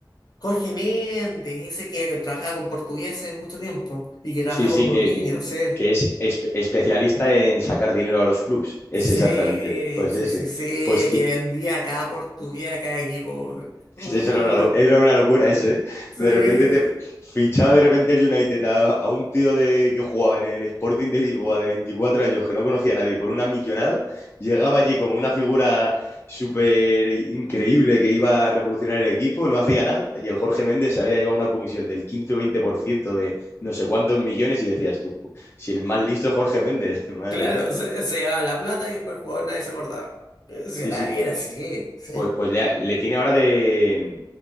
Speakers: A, on the left (about 55°); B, on the left (about 30°).
A: Jorge Méndez, ese que, que trabajaba con portugueses mucho tiempo y que trabajaba
B: Sí, sí,
A: con Mourinho,
B: que, que,
A: sí.
B: que es espe- especialista en sacar dinero a los clubs. Es
A: Sí,
B: exactamente, pues
A: sí,
B: ese.
A: sí, sí,
B: Pues ti-
A: que vendía a cada portugués, a cada equipo. Uy,
B: eso era una, lo- era una locura eso, ¿eh?
A: sí.
B: De
A: Eh,
B: repente te fichaba de repente el United a, a un tío de, que jugaba en el Sporting de Lisboa de veinticuatro años que no conocía a nadie por una millonada, llegaba allí como una figura súper increíble que iba a revolucionar el equipo, no hacía nada, y el Jorge Méndez se había llevado una comisión del 15 o 20% de no sé cuántos millones y decías tú, si el más listo es Jorge Méndez, <laughs> madre
A: claro,
B: mía.
A: se, se daba la plata y después el jugador nadie se acordaba. Eh, sí,
B: Sí,
A: Era,
B: sí,
A: era así, sí,
B: Pues, pues le, le tiene ahora de,